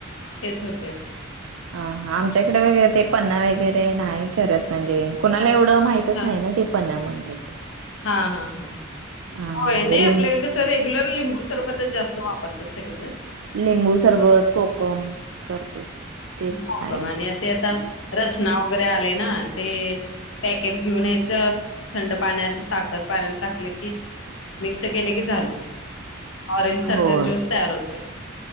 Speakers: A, on the left; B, on the right.
A: हेच होते.
B: ह आमच्याइकडे वगैरे ते पन्हा वगैरे नाही करत म्हणजे कुणाला एवढं माहित पितच
A: हा
B: नाही ना ते पण म्हणत्यात ते
A: हा हा हा
B: हा
A: होय
B: म्हणजे
A: नाही
B: लिं
A: आपले तर रेग्युलर लिंबू सरबतच जास्त वापरतात सगळे जण
B: लिंबू सरबत, कोकम सरबत तेच
A: कोकम
B: हाय
A: आणि
B: नुसत
A: ते आता रसना वगैरे आले ना ते पॅकेट घेऊन यायचं थंड पाण्यात साखर पाण्यात टाकलं की मिक्स केले झालं ऑरेंज सारखं
B: होय.
A: ज्यूस तयार होते,